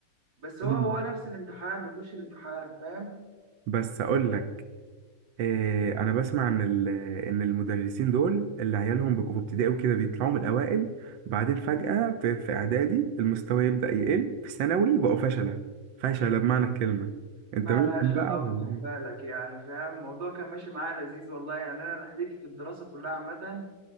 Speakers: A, on the right; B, on the right.
A: بس هو
B: مم.
A: هو نفس الامتحان بيخش الامتحان فاهم
B: بس اقول لك آه، انا بسمع ان ال- ان المدرسين دول اللي عيالهم بيبقوا في ابتدائي وكده بيطلعوا من الاوائل بعدين فجأة في, في اعدادي المستوى يبدأ يقل في ثانوي يبقوا فشلة فشلة بمعنى الكلمة انت
A: ما
B: منهم
A: لهاش
B: بقى
A: علاقة
B: ولا
A: خد
B: ايه
A: بالك يعني فاهم الموضوع كان ماشي معايا لذيذ والله يعني أنا رحلتي في الدراسة كلها عامة